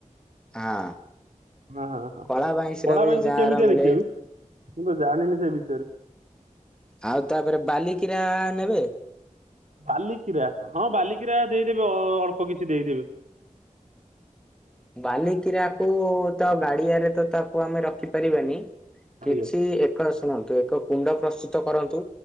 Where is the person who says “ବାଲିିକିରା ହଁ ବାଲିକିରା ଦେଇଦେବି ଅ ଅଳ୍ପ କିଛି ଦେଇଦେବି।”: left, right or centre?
Right